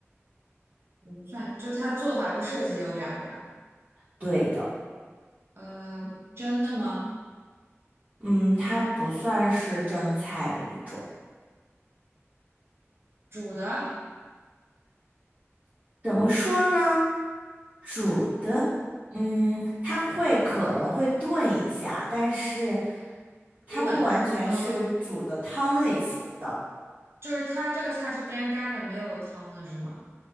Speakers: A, on the right; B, on the right.
A: 不算，就它做法不涉及油炸，对吧？
B: 对的，
A: 呃，真的吗？
B: 嗯，它不算是蒸菜的一种。
A: 煮的？
B: 怎么说呢？煮的，嗯，它会可能会炖一下，但是它不完全是煮的汤类型的。
A: 炖，嗯，就是它这个菜是干干的，没有汤的是吗？